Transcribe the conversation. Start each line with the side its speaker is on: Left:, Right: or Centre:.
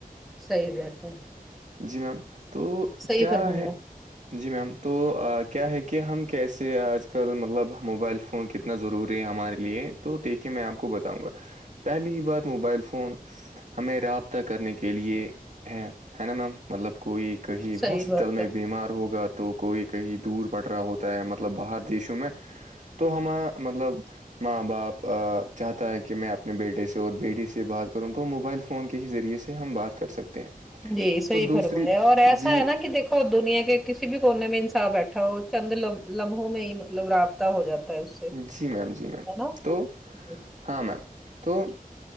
Centre: صحی بات ہے
Right: جی میم تو
Centre: صحیح
Right: کیا
Centre: فرمایا
Right: ہے جی میم تو کیا ہے کہ ہم کیسے آج سر مطلب موبائل فون کتنا ضروری ہے ہمارے لیے تو دیکھیے میں آپ کو بتاؤں گا پہلے کی بات موبائل فون ہمیں رابطہ کرنے کے لیے ہے ہے نا میم مطلب کوئی کہیں
Centre: صحیح
Right: ہاسپٹل
Centre: بات
Right: میں
Centre: ہے
Right: بیمار ہوگا تو کوئی کہیں دور پڑ رہا ہوتا ہے مطلب باہر دیشوں میں تو ہم مطلب ماں باپ چاہتا ہے کہ میں اپنے بیٹے سے اور بیٹی سے بات کروں تو موبائل سے فون کے ہی ذریعے سے ہم بات کر سکتے ہیں
Centre: جی صی
Right: تو دوسری
Centre: فرمایا اور ایسا
Right: جی
Centre: ہے ن کہ دیکھ اور دنیا کے کسی بھی کونے میں انساف بیٹھا ہو وہ چند لمحوں میں ہی مطلب رابطہ ہو جاتا ہے سے
Right: جی میم جی میم
Centre: ہے نا
Right: تو
Centre: صحیح
Right: ہاں میم تو